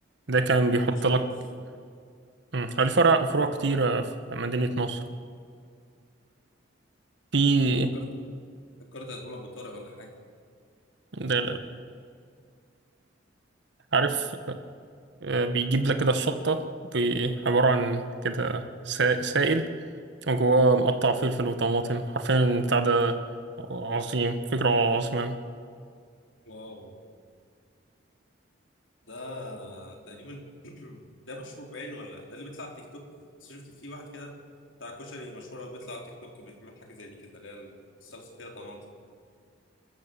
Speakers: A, on the right (about 65°); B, on the left (about 85°).
A: ده كان بيحط
B: مش انا
A: لك
B: بس.
A: مم، هو ليه فرع فروع كتيرة في مدينة نصر في
B: أنا فكرت فكرت هتقول ابو طارق ولا حاجة
A: ده لا- لا. عارف آه، بيجيب لك كده الشطة بي- عبارة عن كده سا- سائل وجواه مقطع فلفل وطماطم حرفيا البتاع ده عظيم فكرة عظيمة
B: واو ده تقريبا <clears throat> ده مشهور بعينه ولا ده اللي بيطلع على التيك توك بس شفت في واحد كده بتاع كشري مشهور قوي بيطلع على التيك توك بيعمل حاجة زي دي كده اللي هي الصلصة فيها طماطم